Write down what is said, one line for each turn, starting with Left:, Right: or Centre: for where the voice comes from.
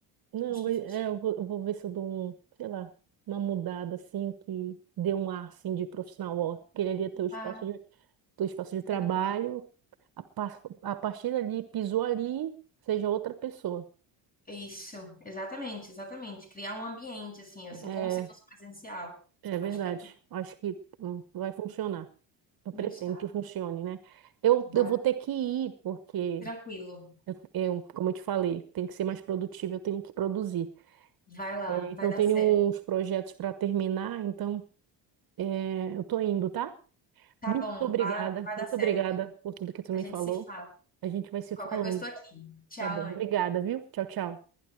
Right: Não,
Left: Acho que
Right: vai-
Left: funciona.
Right: é, eu vou, eu vou ver se eu dou um, sei lá, uma mudada, assim, que dê um ar, assim, de profissional. Ó, aquele ali é teu espaço
Left: Ah,
Right: de, teu espaço de
Left: nada
Right: trabalho.
Left: bom.
Right: A, pa- a partir dali, pisou ali, seja outra pessoa.
Left: Isso, exatamente, exatamente. Criar um ambiente, assim, assim,
Right: É,
Left: como se fosse presencial.
Right: é verdade.
Left: Acho que é
Right: Acho que hum, vai funcionar. Eu
Left: mas
Right: pretendo
Left: tá.
Right: que funcione, né? Eu,
Left: Vai,
Right: eu vou ter que ir, porque,
Left: tranquilo.
Right: eu, como eu te falei, tem que ser mais produtivo, eu tenho que produzir.
Left: Vai lá,
Right: É, então,
Left: vai dar
Right: eu tenho
Left: certo.
Right: uns projetos para terminar, então é, eu tô indo, tá?
Left: Tá
Right: Muito
Left: bom,
Right: obrigada,
Left: vai, vai dar
Right: muito
Left: certo.
Right: obrigada por tudo que tu
Left: A
Right: me
Left: gente
Right: falou.
Left: se fala.
Right: A gente vai se
Left: Qualquer
Right: falando,
Left: coisa, estou aqui. Tchau,
Right: tá bom?
Left: Anne.
Right: Obrigada, viu? Tchau, tchau.